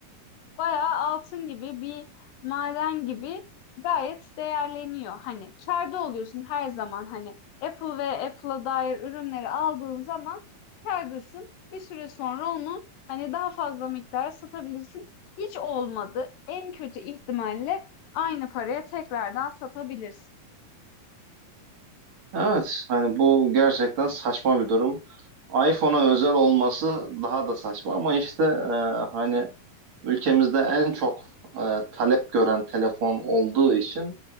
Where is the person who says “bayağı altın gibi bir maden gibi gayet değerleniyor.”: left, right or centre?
Left